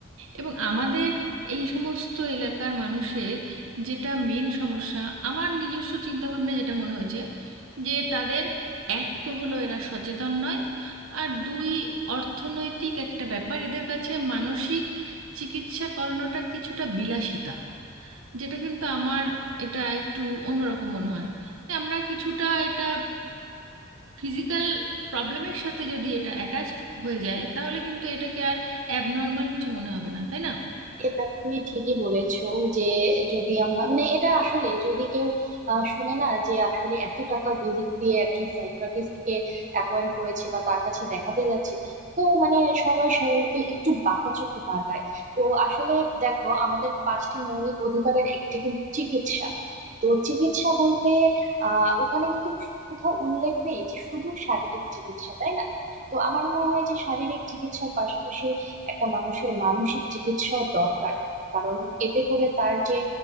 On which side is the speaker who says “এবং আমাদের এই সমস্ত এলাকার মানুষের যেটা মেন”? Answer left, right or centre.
Right